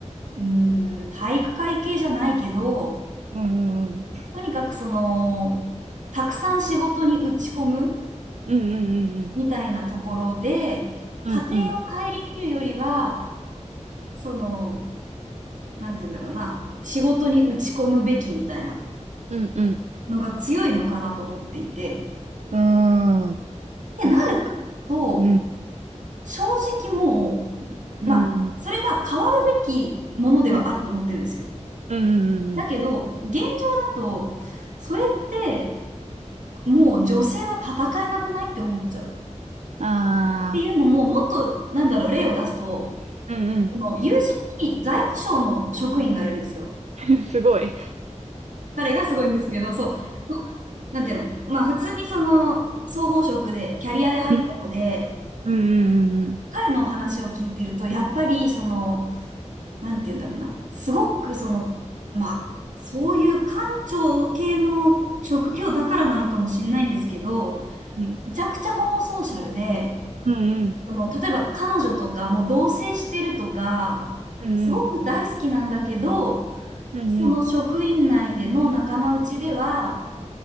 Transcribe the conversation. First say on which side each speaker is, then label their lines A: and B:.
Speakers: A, on the right (about 80°); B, on the right (about 65°).
A: うーん、体育会系じゃないけど、
B: うんうん
A: とにかくその、たくさん仕事に打ち込む
B: うんうん
A: みたいなところで、
B: うんうんうん
A: 家庭を顧みるよりは、その、なんて言うんだろうな、仕事に打ち込むべきみたいな
B: うん
A: のが強いのかなと思っていて、
B: うんうん
A: ってなると、
B: 確かにうん
A: 正直もう、
B: うん
A: まあ、それが変わるべきものではあると思ってるんですよ。
B: うんうんうんうん
A: だけど、現状だと、それって、もう女性は戦えなくないって思っちゃう。
B: ああ
A: っていうのも、もっと、なんだろう、例を出すと、
B: うん
A: この友人に財務省の職員がいるんですよ。
B: うんすごい
A: 彼がすごいんですけど、そう。なんていうの、まあ普通にその総合職でキャリアで入った子で、
B: うんうんうん
A: 彼の話を聞いてると、やっぱりその、なんていうんだろうな、すごくその、まあ、そういう官庁系の職業だからなのかもしれないんですけど、
B: うん
A: めちゃくちゃホモソーシャルで、
B: うんうん
A: その、例えば彼女とかもう同棲してるとか、
B: うん
A: すごく大好きなんだけど、
B: うんうんうん
A: その職員内での仲間内では、